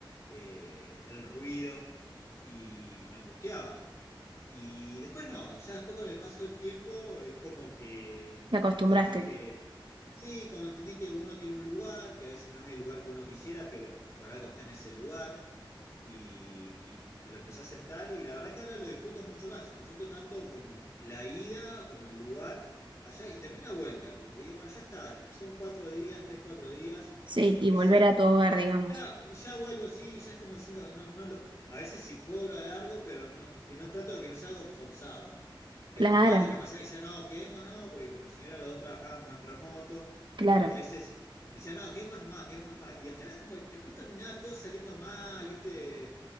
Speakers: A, on the left; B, on the right.
A: eh, el ruido, y me angustiaba. Y después no, ya después con el paso del tiempo es como que
B: te acostumbraste,
A: entendí que, sí, como entendí que uno tiene un lugar, que a veces no es el lugar que uno quisiera, pero por algo está en ese lugar y, y lo empecé a aceptar y la verdad que ahora lo disfruto mucho más. Disfruto tanto como la ida, como el lugar allá y también la vuelta, como que digo, bueno, ya está, son cuatro días, tres, cuatro días,
B: sí,
A: lo
B: y
A: que
B: volver
A: sea.
B: a tu hogar,
A: Y
B: digamos.
A: ya, y ya vuelvo, así ya es como diciendo que no, no lo, a veces si puedo lo alargo, pero no, que no trato de que no sea algo forzado.
B: Claro,
A: Que como antes me pasaba que decía, no, quedemos, no, porque con mi señora los dos trabajábamos en remoto
B: claro,
A: y a veces Decía, no, quedémonos más, quedémonos más. Y al final es como que después terminaba todo saliendo mal, ¿viste?